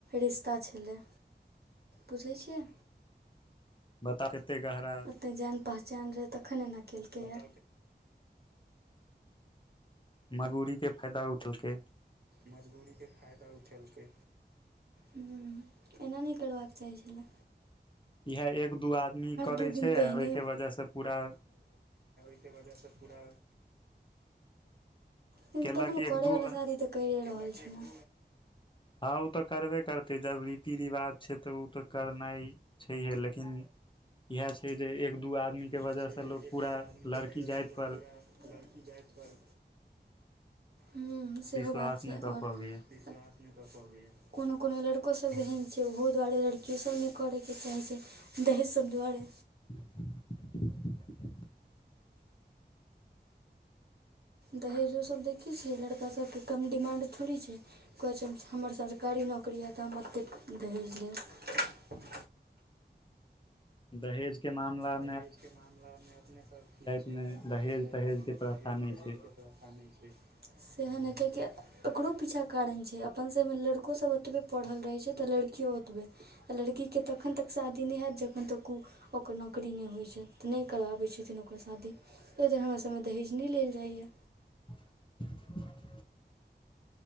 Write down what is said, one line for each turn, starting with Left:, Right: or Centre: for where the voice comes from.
Right: रिश्ता छलै
Left: <inaudible>
Right: पूछै छियै
Left: बताउ कते गहरा
Right: ओतय जान पहचान रहै तखन एना केलकैए
Left: मजूरीके फायदा उठलकै
Right: मजबूरीके फायदा उठेलकै ह एना नहि करबाक चाही छल
Left: इएह एक दू आदमी करै
Right: दू दिन
Left: छै
Right: पे
Left: आ
Right: एहने
Left: ओहिके वजहसँ पूरा
Right: ब पूरा लेकिन
Left: केलक
Right: तखन
Left: एक
Right: करयवला
Left: दू
Right: शादी तऽ करिए रहल छी ने
Left: हँ ओ तऽ करबे करते जब रीति रिवाज छै तऽ ओ तऽ करना छैहे लेकिन इह छै जे एक दू आदमी के
Right: इएह
Left: वजह
Right: छै
Left: से
Right: जे
Left: लोग
Right: एक
Left: पूरा
Right: दू आदमीके
Left: लड़की
Right: वजहसँ
Left: जाति
Right: लोक
Left: पर
Right: पूरा लड़की जातिपर
Left: <inaudible>
Right: ह सेहो
Left: विश्वास
Right: बात
Left: नहि
Right: छै
Left: कऽ
Right: आओर
Left: पबैया
Right: कोनो कोनो लड़को सभ एहन छै ओहो दुआरे लड़कियो सब नहि करैके चाहै छै दहेज सभ दुआरे
Left: <inaudible>
Right: दहेजो सब देखै छियै लड़का सबके कम डिमांड थोड़ी छै कहै छै हमर सरकारी नौकरी आ तऽ हम एतेक दहेज लेब
Left: <inaudible> दहेज के मामलामे
Right: दहेजके मामलामे अपने सब ठीक छियै
Left: मे
Right: अपना सबके
Left: दहेज
Right: जातिमे
Left: तहेज के प्रथा
Right: दहेज
Left: नहि
Right: तहेजके
Left: छै
Right: व्यवस्था नहि छै सेहन कै कि एकरो पीछा कारण छै अपन सब में लड़को सब ओतबे पढ़ल रहे छै ते लड़की केओ ओतबे आ लड़कीके तखन तक शादी नहि हेत जखन तक ओ ओकर नौकरी नहि होइ छै तऽ नहि करबाबैत छथिन ओकर शादी एहि दुवारे हमरा सबमे दहेज नहि लेल जाइए
Left: <inaudible>